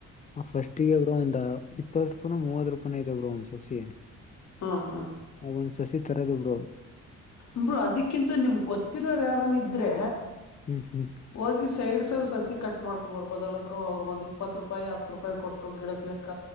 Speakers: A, on the left; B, on the left.
A: ಆ ಫಸ್ಟ್ಗ ಒಬ್ರು ಒಂದ್ ಇಪ್ಪತ್ ರೂಪಾಯ ಮೂವತ್ ರೂಪಾಯ್ ಇದಬ್ರು ಒಂದ್ ಸಸಿ
B: ಹಾ ಹಾ
A: ಒಂದ್ ಸಸಿ ತರೋದ ಬರುೋ
B: ಅ್ರರು ಅದಕ್ಕಿಂತ ನಿಮ್ಗೆ ಗೊತ್ತಿರೋರ್ಯಾರನಿದ್ರೆ
A: ಹ್ಮ್ ಹ್ಮ್
B: ಹೋಗಿ ಸೈಡ್ ಸಲ್ ಸಸಿ ಕಟ್ ಮಾಡ್ಕೊ ಕುಮಾರ್ ಬದಲಬ್ರು ಅವ್ರಗ ಒಂದ್ ಇಪ್ಪತ್ತು ರೂಪಾಯಿ ಹತ್ ರೂಪಾಯಿ ಕೊಟ್ಟು ಗಿಡದ್ಲೆಕ್ಕ